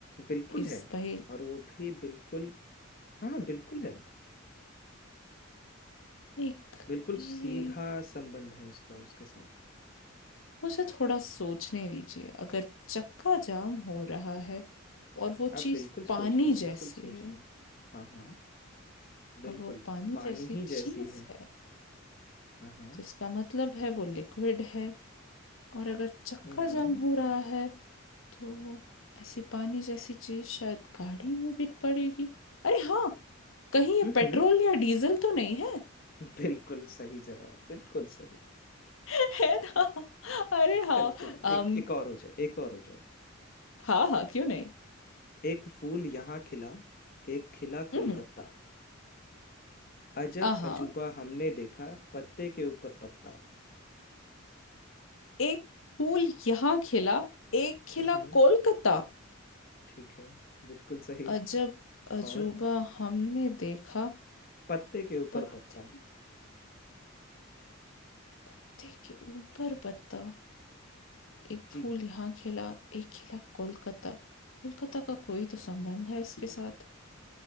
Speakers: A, on the left; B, on the left.
A: बिल्कुल
B: इस
A: है
B: पहेली
A: और वो भी बिल्कुल हाँ बिल्कुल है
B: एक
A: बिल्कुल
B: एक
A: सीधा संबंध है उसका उसके साथ
B: मुझे थोड़ा सोचने दीजिए अगर चक्का जाम हो रहा है और वो
A: आप
B: चीज
A: बिल्कुल
B: पानी
A: सोचिए बिल्कुल
B: जैसी
A: सोचिए
B: है
A: हाँ हाँ बिल्कुल
B: और वो पानी
A: पानी
B: जैसी
A: ही जैसी
B: चीज
A: है
B: है
A: हाँ हाँ
B: तो इसका मतलब है वो लिक्विड है और अगर चक्का
A: हम्म
B: जाम हो रहा है तो ऐसी पानी जैसी चीज शायद गाड़ी में भी पड़ेगी अरे हाँ कहीं ये
A: हम्म
B: पेट्रोल या डीजल तो नहीं है
A: बिल्कुल सही जवाब बिल्कुल सही
B: <laughs> है ना अरे हाँ
A: चलिए चलिए एक
B: अम
A: एक और हो जाए एक और हो जाए
B: हाँ हाँ क्यों नहीं
A: एक फूल यहाँ खिला एक खिला
B: हम्म,
A: कोलकाता अजब
B: आहा
A: अजूबा हमने देखा पत्ते के ऊपर पत्ता
B: एक फूल यहाँ खिला एक खिला
A: हम्म
B: कोलकाता
A: ठीक है बिल्कुल सही
B: अजब अजूबा
A: और
B: हमने देखा
A: पत्ते के ऊपर
B: पत्ते
A: पत्ता
B: के पत्ते के ऊपर पत्ता एक
A: जी
B: फूल यहाँ खिला एक खिला कोलकाता कोलकाता का कोई तो संबंध है इसके साथ